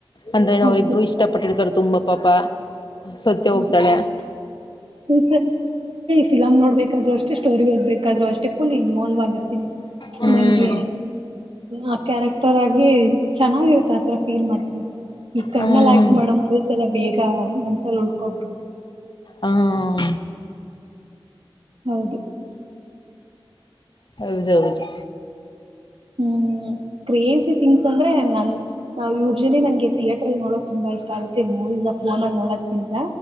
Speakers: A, on the left (about 55°); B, on the right (about 75°).
A: ಅಂದ್ರೆ ನ
B: ಹೌದು
A: ಅವ್ರುಬ್ಬರು ಇಷ್ಟಪಟ್ಟರ್ತಾರದು ತುಂಬ ಪಾಪ
B: ್
A: ಸೊತ್ತೆ ಹೋಗ್ತಾಳೆ
B: ಯೂ ಫಲಮ್ ನೋಡ್ಬೇಕಾದ್ರರು ಅಷ್ಟ ಸ್ಟೋರಿ ಓ್ಬೇಕಾದ್ರು ಅೇ ಫು ಇನ್ವಾಲ್ವ್ ಆಗಿರ್ತೀನಿ
A: ಹ್ಮ್
B: ನಂಗೆ ಆ ಕ್ಯಾರೆಕ್ಟರ್ ಆಗಿ ಚೆನ್ನಾಗಿರುತ್ತೆ ಆತರ ಫೀಲ್ ಮಾಡ್ ಈ ಕಣ್ಣಲ್ಲಿ
A: ಹ್ಮ್
B: ಆಕ್ಟ್ ಮಾಡೋ ಮೂವಿಸಸ್ ಎಲ್ಲಾ ಬೇಗ ಮನ್ಸಲ್ಲಿ ಉಳೋಕೊ ಕೊಬಿಡುತ್ತೆ
A: ಹ್ಮ್
B: ಹೌದು
A: ಹೌದೌದು
B: ಹ್ಮ್ ಕ್ರೇಜಿ ತಿಂಗ್ಸ್ ಅಂದ್ರೆ ನನ್ ನಾವ್ ಯೂಜ್ಲಿ ನನ್ಗೆ ಥಿಯೇಟ್ರಲ್ ನೋಡೋಕ್ ತುಂಬ ಇಷ್ಟ ಆಗುತ್ತೆ ಮೂವೀಸ್ ಅ ಫೋನಲ್ ನೋಡೋದ್ಕಿಂತ.